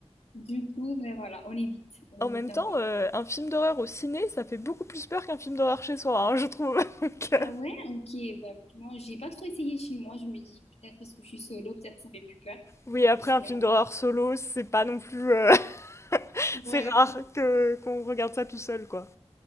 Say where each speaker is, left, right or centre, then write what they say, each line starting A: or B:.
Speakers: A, on the left; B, on the left.
A: Du coup, ben voilà, on évite, on
B: En
A: évite
B: même
A: un
B: temps,
A: peu.
B: euh,
A: ce genre.
B: un film d'horreur au ciné, ça fait beaucoup plus peur qu'un film d'horreur chez soi, hein, je trouve. <laughs> Donc, euh,
A: Ah ouais, ok, ben franchement, j'ai pas trop essayé chez moi. Je me dis peut-être parce que je suis solo, peut-être ça fait plus peur
B: oui, après,
A: au cinéma.
B: un film d'horreur solo, c'est pas non plus. euh, <laughs>
A: Ouais.
B: c'est rare que, qu'on regarde ça tout seul, quoi.